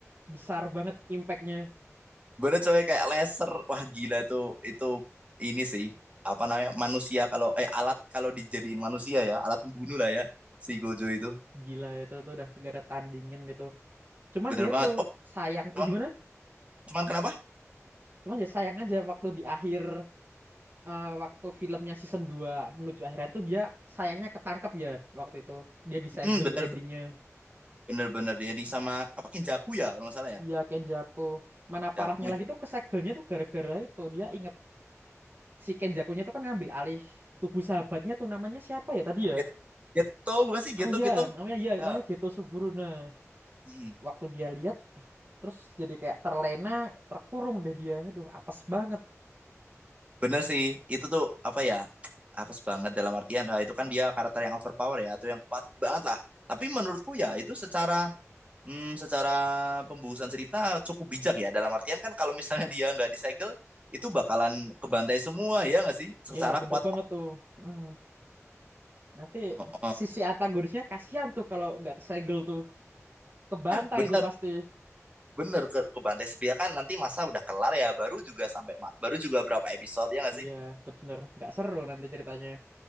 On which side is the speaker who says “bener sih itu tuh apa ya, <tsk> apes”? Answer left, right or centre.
Right